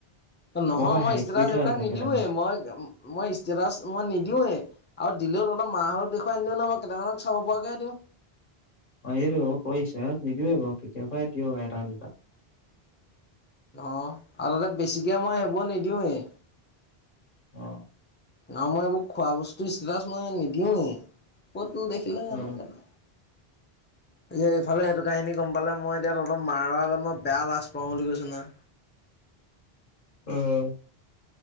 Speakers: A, on the left; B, on the left.
A: নহয়,
B: মোৰ পৰা
A: মই
B: হাইড
A: ইষ্টেটাচ
B: কৰি থোৱা
A: এইবিলাক
B: আছে
A: নিদিওঁৱে,
B: কেইটামান
A: মই মই ইষ্টেটাচ মই নিদিওঁৱে। আৰু দিলেও তহঁতৰ মাহতক দেখুৱাই নিদো নহয়, মই কেইটামানক চাব পৰাকেহে দিওঁ।
B: অঁ সেইটোৱে তই ইষ্টেতাচ নিদিয়য়ে বাও, কেতিয়াবাহে দিয় এটা-দুটা।
A: অ' আৰু তাতে বেছিকে মই এইবোৰ নিদিওঁয়ে।
B: আহ।
A: নহ মই এইবোৰ খোৱা বস্তুৰ ইষ্টেটাছ মই নিদিওঁৱেই। ক'ত দেখিলে জানো
B: অ
A: কালি, এ এইফালে সেইটো কাহিনী গম পালে মই এতিয়া তহঁতৰ মাৰৰ আগত মই বেয়া লাজ পাওঁ বুলি কৈছো নহয়।
B: উম।